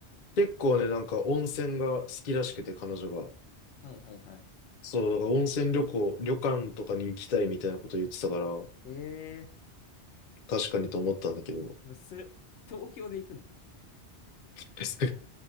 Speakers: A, on the left; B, on the left.
A: 結構ね、なんか温泉が好きらしくて彼女が。
B: はいはいはい。
A: そう、だから温泉旅行、旅館とかに行きたいみたいなこと言ってたから、
B: ええー
A: 確かにと思ったんだけど、
B: でもそれ、東京で行くんだ。
A: <laughs>